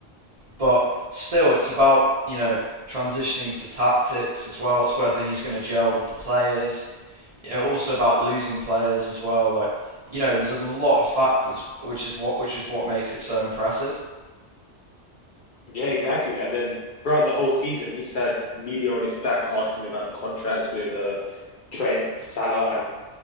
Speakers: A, on the right; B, on the left.
A: but still it's about you know transitioning to tactics as well. It's whether he's going to gel with the players you know, also about losing players as well. Like, you know, there's a lot of factors, which is what which is what makes it so impressive.
B: yeah, exactly. And then throughout the whole season, he's had media on his back asking him about the contracts with uh, Trent, Salah, and